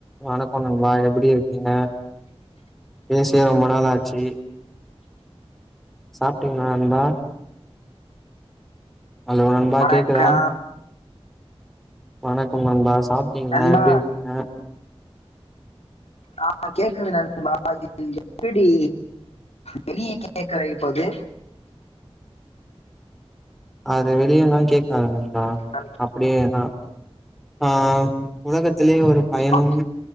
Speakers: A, in the centre; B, on the left.
A: வணக்கம் நண்பா எப்டி இருக்கீங்க பேசியே ரொம்ப நாளா ஆச்சு சாப்ட்டீங்களா நண்பா ஹலோ நண்பா
B: வணக்கம்
A: கேக்குதா வணக்கம் நண்பா சாப்டீங்களா
B: நண்பா
A: எப்டி இருக்கீங்க
B: ஆ கேக்குது நண்பா இது எப்பிடி வெளிய கேக்க வைப்பது
A: அது வெளியல்லா கேக்காது நண்பா
B: நண்-
A: அப்டியே தா ஆ உலகத்துலயே ஒரு பயனும்
B: ஆ-